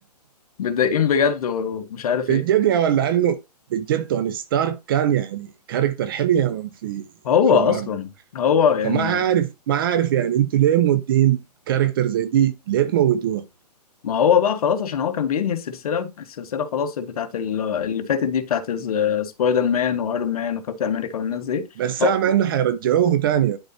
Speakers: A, on the left; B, on the right.
A: متضايقين بجد ومش عارف
B: بجد
A: ايه
B: يا ولا عنه بجد توني ستارك كان يعني كاركتر حلو يا من في
A: هو
B: في
A: اصلا
B: مارفل
A: هو يعني
B: فما عارف ما عارف يعني انتوا ليه مودين كاركتر زي دي ليه تموتوها
A: ما هو بقى خلاص عشان هو كان بينهي السلسله السلسله خلاص بتاعت ال- اللي فاتت دي بتاعت ز- سبايدر مان وايرون مان وكابتن امريكا والناس دي
B: بس
A: هو-
B: سامع انه حيرجعوه تاني